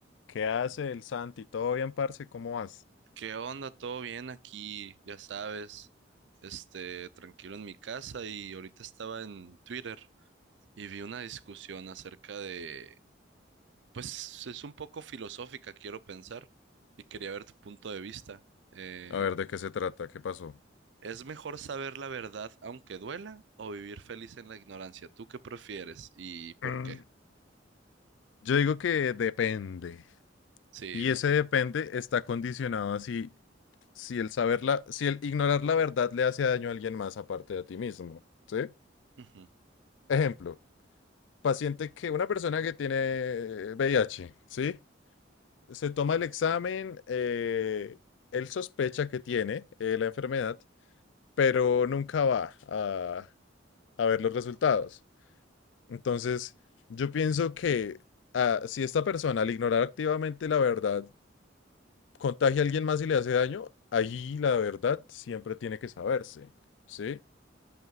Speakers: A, on the left (about 75°); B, on the right (about 70°).
A: ¿Qué hace el Santi? ¿Todo bien, parce? ¿Cómo vas?
B: ¿Qué onda? ¿Todo bien aquí? Ya sabes, este, tranquilo en mi casa y ahorita estaba en Twitter y vi una discusión acerca de, pues es un poco filosófica, quiero pensar, y quería ver tu punto de vista. Eh,
A: A ver, ¿de qué se trata? ¿Qué pasó?
B: ¿es mejor saber la verdad aunque duela o vivir feliz en la ignorancia? ¿Tú qué prefieres y por
A: Mm,
B: qué?
A: Yo digo que depende.
B: Sí,
A: Y
B: ¿no?
A: ese depende está condicionado a si, si el saber la- si el ignorar la verdad le hace daño a alguien más aparte de a ti mismo, ¿sí?
B: Ujú.
A: Ejemplo, paciente que, una persona que tiene VIH, ¿sí? Se toma el examen, eh, él sospecha que tiene eh, la enfermedad, pero nunca va a, a ver los resultados. Entonces, yo pienso que ah, si esta persona al ignorar activamente la verdad contagia a alguien más y le hace daño, ahí la verdad siempre tiene que saberse. ¿Sí?